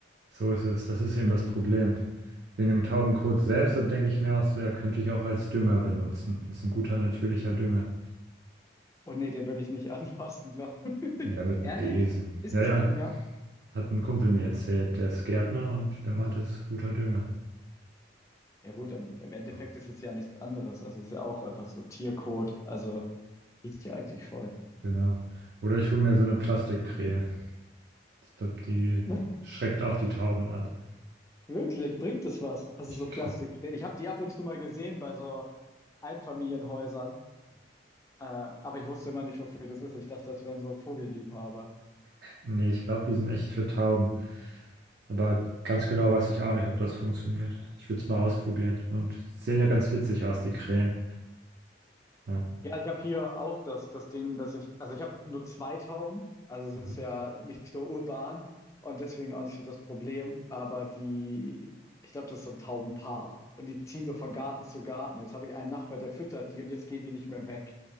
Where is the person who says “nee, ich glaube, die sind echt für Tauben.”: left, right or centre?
Right